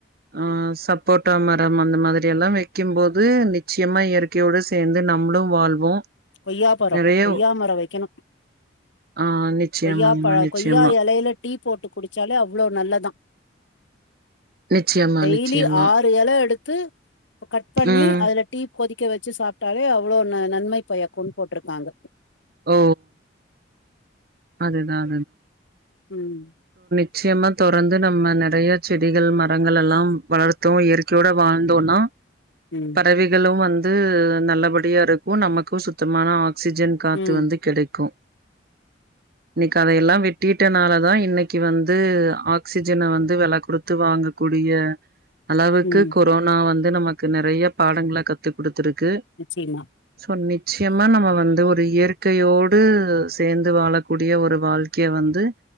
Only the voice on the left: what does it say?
கொய்யா பரோ
கொய்யா மரோ வெக்கணு
கொய்யா பழ
கொய்யா எலைல டீ போட்டு குடிச்சாலே அவ்ளோ நல்லதா
டெய்லி
ஆறு எல எடுத் து கட் பண்ணி
அதுல டீ கொதி க்க வெச்சு சாப்ட்டாலே அவ்ளோ ந நன்மை பயக்குன் போட்ருக்காங்க
உம்
ம்
ம்
ம்
நிச்சயமா